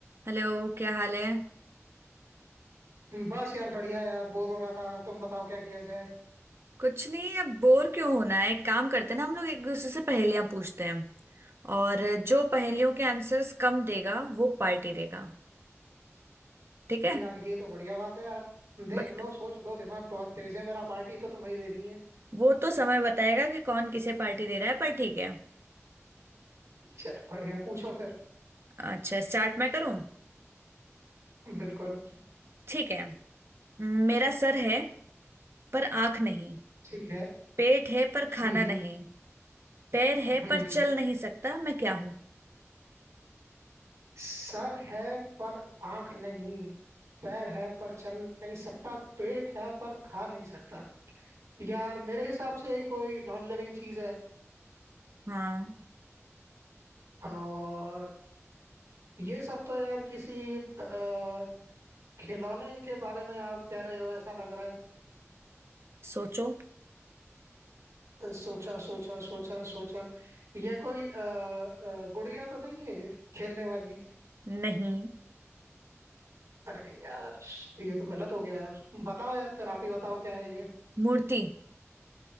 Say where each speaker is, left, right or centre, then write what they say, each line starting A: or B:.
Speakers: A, on the right; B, on the right.
A: Hello क्या हाल है
B: बस यार बढ़िया यार बोर हो रहा था तुम बताओ क्या किया जाए
A: कुछ नहीं अब बोर क्यों होना है एक काम करते हैं ना हम लोग एक दूसरे से पहेलियां पूछते हैं और जो पहेलियों के आंसर्स कम देगा वो पार्टी देगा ठीक है
B: यार ये तो बढ़िया बात है यार देख
A: बट
B: लो सोच लो दिमाग बहुत तेज है मेरा पार्टी तो तुम्हें ही देनी है
A: वो तो समय बताएगा कि कौन किसे पार्टी दे रहा है पर ठीक है
B: चलो बढ़िया पूछो फिर
A: अच्छा स्टार्ट मैं करूं
B: बिल्कुल
A: ठीक है मेरा सर है पर आंख नहीं
B: ठीक है
A: पेट है पर खाना
B: हम्म हम्म
A: नहीं पैर है
B: हम्म
A: पर चल
B: हम्म।
A: नहीं सकता मैं क्या हूं
B: सर है पर आंख नहीं पैर है पर चल नहीं सकता पेट है पर खा नहीं सकता यार मेरे हिसाब से कोई नॉन लिविंग चीज है
A: हाँ
B: और ये सब तो यार किसी अ, खिलौने के बारे में आप कह रहे हो ऐसा लग रहा है
A: सोचो
B: अ, सोचा सोचा सोचा सोचा ये कोई अ, अ, गुड़िया तो नहीं है ये खेलने वाली
A: नहीं
B: अरे यार ये तो गलत हो गया यार बताओ यार फिर आप ही बताओ क्या है ये
A: मूर्ति